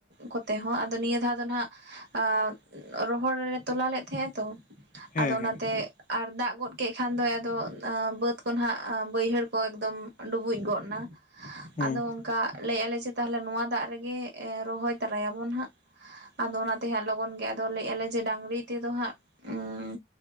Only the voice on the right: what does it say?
ᱠᱚᱛᱮ ᱦᱚᱸ ᱟᱨ ᱟᱫᱚ ᱱᱤᱭᱟᱹ ᱫᱷᱟᱣ ᱫᱚ ᱱᱟᱱᱟᱜ, ᱟᱸ ᱨᱚᱦᱚᱲ ᱞᱮ ᱛᱚᱞᱟ ᱞᱮᱫ ᱛᱟᱦᱮᱸᱜᱱᱟ ᱛᱚ
ᱟᱫᱚ ᱚᱱᱟᱛᱮ,
ᱟᱨ ᱫᱟᱜ ᱜᱚᱫ ᱠᱮᱫ ᱠᱷᱟᱱ ᱫᱚᱭ ᱟᱫᱚ ᱵᱟᱹᱫᱽ ᱠᱚᱦᱟᱸᱱᱟᱜ ᱵᱟᱹᱭᱦᱟᱹᱲ ᱠᱚ ᱮᱠᱫᱚᱢ᱾ ᱰᱩᱵᱩᱡ ᱜᱚᱫ ᱮᱱᱟ
ᱟᱫᱚ᱾ ᱚᱱᱠᱟ ᱞᱟᱹᱭ ᱟᱞᱮ ᱡᱮ ᱛᱟᱦᱚᱞᱮ ᱱᱚᱣᱟ ᱫᱟᱜ ᱨᱮᱜᱮ ᱨᱚᱦᱚᱭ ᱛᱚᱨᱟᱭᱟᱵᱚᱱ ᱦᱟᱸᱜ᱾ ᱟᱫᱚ ᱚᱱᱟᱛᱮ ᱦᱟᱸᱜ ᱞᱚᱜᱚᱱ ᱜᱮ ᱟᱫᱚ ᱞᱟᱹᱭᱼᱟᱞᱮ ᱡᱮ ᱰᱟᱝᱨᱤ ᱛᱮᱫᱚ ᱦᱟᱸᱜ ᱩᱸ